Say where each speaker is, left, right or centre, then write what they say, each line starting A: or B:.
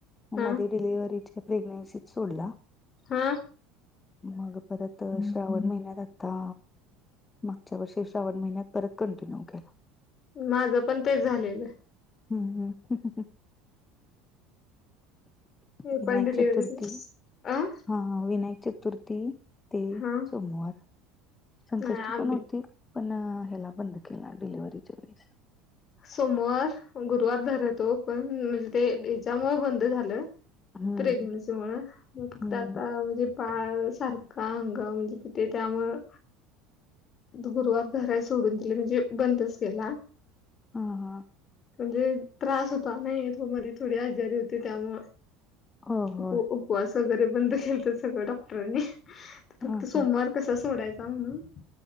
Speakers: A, on the left; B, on the left.
A: मग
B: हा
A: मधी डिलिव्हरीच्या प्रेग्नन्सीत सोडला.
B: हा
A: मग परत श्रावण महिन्यात आता मागच्या वर्षी श्रावण महिन्यात परत कंटिन्यू केला.
B: माझं पण तेच झालेलं.
A: हम्म, हम्म.
B: मी
A: विनायक
B: पण डिलिव्हरीत,
A: चतुर्थी
B: अं?
A: हा, हा विनायक चतुर्थी ते
B: हा
A: सोमवार संकष्टी
B: नाही आम्ही
A: पण होती. पण ह्याला बंद केला डिलिव्हरीच्या वेळेस.
B: सोमवार, गुरुवार धरतो पण म्हणजे ते हेच्यामुळ बंद झालं.
A: हम्म
B: प्रेग्नन्सीमुळं फक्त
A: हम्म
B: आता म्हणजे बाळ सारखं अंगावरन जात त्यामुळं गुरुवार धरायच सोडून दिलं म्हणजे बंदच केला.
A: हा, हा.
B: म्हणजे त्रास होता नाही मध्ये थोडी आजारी होती त्यामुळं
A: हो होय
B: उप उपवास वगैरे बंद के सगळं डॉक्टरांनी फक्त
A: हा
B: सोमवार
A: हा
B: कसा सोडायचा म्हणून